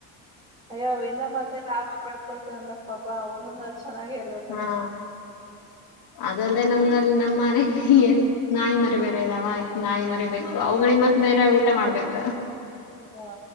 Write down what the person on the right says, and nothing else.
ಅಯ್ಯೋ ವಿಂದ ಮತ್ತೆ ಲಾಭ ಪಡ್ಕೊಳ್ತೇವ ಅಂದಕ್ ಪಾಪ ಅವನುನು ಚೆನ್ನಾಗೇ ಇರ್ಬೇಕ್.
ಹಾ